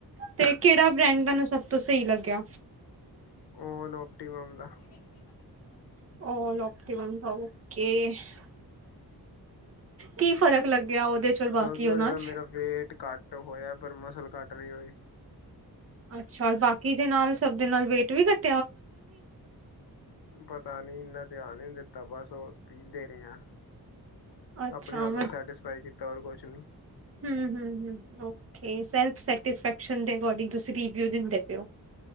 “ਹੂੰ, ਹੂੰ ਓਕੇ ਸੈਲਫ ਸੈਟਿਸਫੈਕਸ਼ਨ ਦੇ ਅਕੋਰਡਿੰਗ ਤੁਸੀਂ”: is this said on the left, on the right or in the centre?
Right